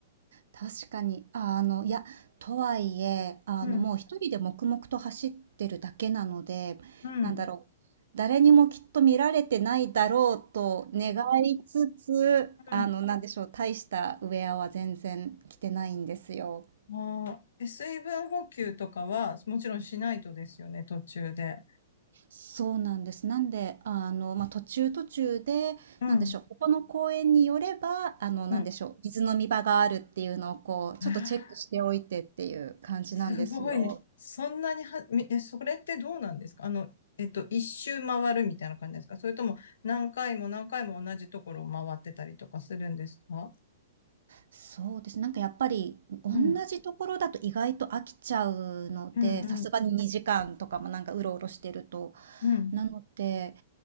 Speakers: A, on the right; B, on the left.
A: 確かに。あ、あの、いや、とはいえ、あの、
B: うん。
A: もう一人で黙々と走ってるだけなので、
B: うん。
A: なんだろう、誰にもきっと見られてないだろうと願いつつ、
B: うん。
A: あの、なんでしょう、大したウェアは全然着てないんですよ。
B: ああ。で水分補給とかは、もちろんしないとですよね、途中で。
A: そうなんです。なんで、あの、まあ、途中途中で、
B: うん。
A: なんでしょう、ここの公園によれば、あの、
B: うん。
A: なんでしょう、水飲み場があるっていうのをこう、ちょっとチェックしておいてっていう感じなんですよ。
B: <laughs> すごい。そんなには、みえ、それってどうなんですかあの、えっと、一周回るみたいな感じですかそれとも何回も何回も同じところを回ってたりとかするんですか
A: そうですね。なんかやっぱり、同じところだと意外と飽きちゃうので、
B: うん、うん、
A: さすがに2時間とかもなんかうろうろしてると。
B: うん、うん。
A: なので、